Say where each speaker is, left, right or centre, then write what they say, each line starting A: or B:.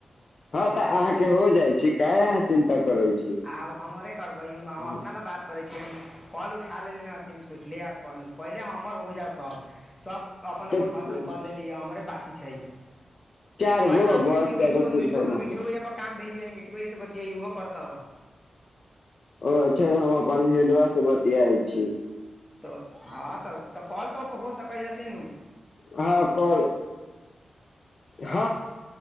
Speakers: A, on the left; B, on the left.
A: ह तऽ अहाके हो जाइ छी, काहे अहाँ चिन्ता करै छी
B: आब हमरे करबै हम हम
A: हँ
B: अपना ल बात करै छीयै, कॉल उठा लेले हथिन सोचलिये कॉल पहिले हमर होइ जा। तब सब अपन
A: तऽ
B: अपन खतम कर लेली हमरे बाकी की छै।
A: चार
B: कहत
A: गो
B: रहतियन
A: बस
B: की
A: जादा
B: मिठियों
A: चिन्ता
B: मिठियों
A: ना
B: मीठू
A: करू
B: भैया पर काम भे इ ए मिट्ठू भैया से बतियेबो करता उहां।
A: ओ अच्छा हम अपन हेडवा से बतियाइ छी।
B: तऽ ह तऽ तऽ कॉल तऽ ओ पर हो सके ह। तीनू
A: ह कॉल ह।